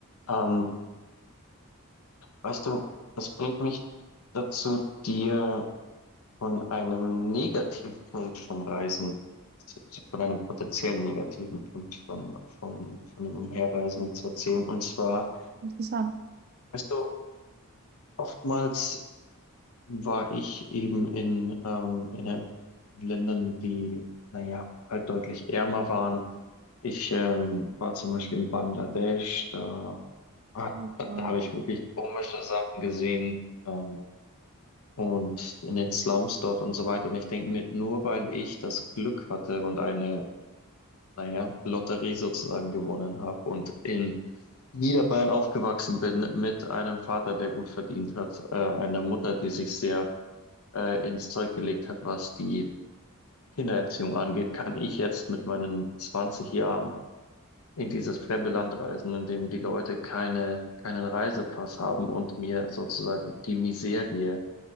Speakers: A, on the left (about 75°); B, on the right (about 45°).
A: Ähm, weißt du, das bringt mich dazu, dir von einem Negativpunkt vom Reisen, zu- zu- von einem potenziellen negativen Punkt von, von, von dem Umherreisen zu erzählen. Und zwar,
B: Interessant.
A: weißt du, oftmals war ich eben in, ähm, in einem- Ländern, die, naja, halt deutlich ärmer waren Ich ähm, war zum Beispiel in Bangladesch, da, ah,
B: Oh,
A: da,
B: wow.
A: da habe ich wirklich komische Sachen gesehen ähm, und in den Slums dort und so weiter. Und ich denke mir, nur weil ich das Glück hatte und eine, naja, Lotterie sozusagen gewonnen habe und in Niederbayern aufgewachsen bin mit einem Vater, der gut verdient hat, äh, einer Mutter, die sich sehr äh, ins Zeug gelegt hat, was die Kindererziehung angeht, kann ich jetzt mit meinen 20 Jahren in dieses fremde Land reisen, in dem die Leute keine, keinen Reisepass haben und mir sozusagen die Miserie